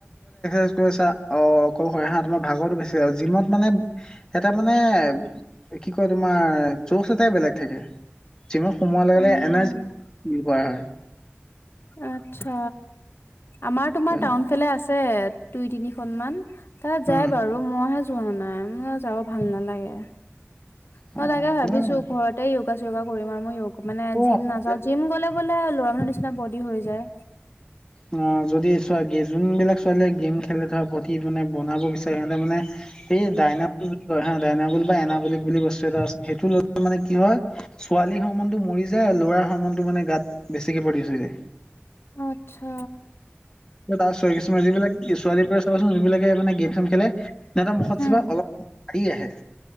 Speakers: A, on the left (about 15°); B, on the left (about 60°).
A: ই কৰিছা অ ক হা তোমাৰ ভাগৰটো বেছি জিমত মানে এটা মানে। কি কয় তোমাৰ জোজ এটাই বেলেগ থাকে। যিমান এনাৰজ
B: উম
A: হয়।
B: আত্ছা আমাৰ
A: হয়
B: তোমাৰ টাউন ফালে আছে। আছে দুই তিনিখনন মান তাত যায়।
A: উম
B: বাৰু মইে নাই ম যা ভাল নালাগে মই
A: অ
B: তাকে
A: তুমি
B: ভাবিছো।
A: নাই
B: ঘৰতে চ কৰিম আৰু মই মানে
A: অ
B: জিম নাযও জিম গলে বোলে'ৰা মানুহ নিচনা বহুত হৈ যায়।
A: অ যদি চোৱা গে যোনবিলাক ছোৱালীয়ে গেম খেলে ধৰা প্ৰতি মানে বনাব বিচাৰে সিহঁতে মানে সেই ডাইন। হয় হা ডাইনাবুলি বা এনাবুলিক বুলি বস্তু এটা আছেই মানে কি হয় ছোৱালীৰ সমন্নতটো মৰি যায় আৰু ল'ৰাৰ সমন্নতটো মানে গাত বেছিকে পৰিচ যায়
B: আত্ছা
A: ত আ কিছুমান যিবিলাক ছোৱালীবোৰে চাবচোন যিবিলাক মানে গেম চেম খেলে নহতৰ মুখত
B: উম
A: চবা অলপ হি আহে